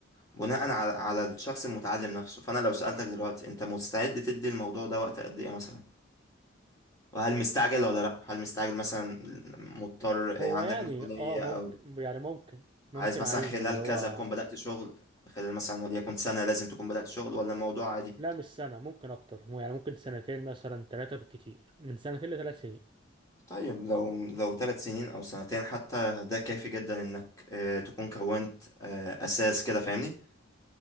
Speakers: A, on the left; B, on the right.
A: بناء على على الشخص المتعلم نفسه فأنا لو سألتك دلوقتي أنت مستعد تدي الموضوع ده وقت قد إيه مثلا وهل مستعجل ولا لأ هل مستعجل مثلا مضطر إيه،
B: هو
A: عندك
B: يعني
A: مسؤولية
B: اه ممكن
A: أو
B: يعني ممكن ممكن
A: عايز مثلا
B: عايز
A: خلال
B: اللي
A: كذا
B: هو
A: تكون بدأت شغل خلال مثلا وليكن سنة لازم تكون بدأت شغل ولا الموضوع عادي
B: لا مش سنة ممكن أكتر هو يعني ممكن سنتين مثلا ثلاثة بالكتير من سنتين لثلاث سنين
A: طيب لو لو ثلاث سنين او سنتين حتى ده كافي جدا انك آه، تكون كونت آه، اساس كده فاهمني